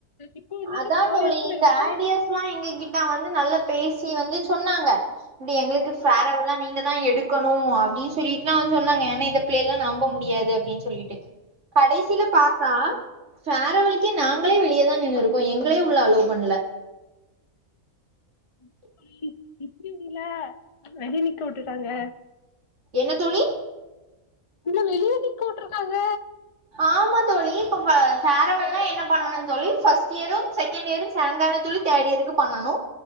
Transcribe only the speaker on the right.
அதாந்தோழி
இப்ப
தேட்
இயர்ஸ் லா எங்க கிட்ட வந்து நல்லா பேசி வந்து சொன்னாங்க அப்டி எங்களுக்கு ஃபேரவல்லா நீங்க தா எடுக்கணு அப்டின் சொல்லிட்டுல்லா வந்து சொன்னாங்க ஏனா இந்த பிள்ளைல்லா நம்ப முடியாது அப்டின் சொல்லீட்டு கடைசியில பாத்தா ஃபேரவலுக்கே நாங்களே வெளியதா நின்னுரு க்கோ எங்கலயே உள்ள அலோவ் பண்ல
என்ன தோழி
ஆமா தோழி இப்ப பே ஃபேரவல்லா என்ன பண்ணனு தோழி ஃபர்ஸ்ட் இயரு செகண்ட் இயரு சேந்தானா தோழி தேடியருக்கு பண்ணணு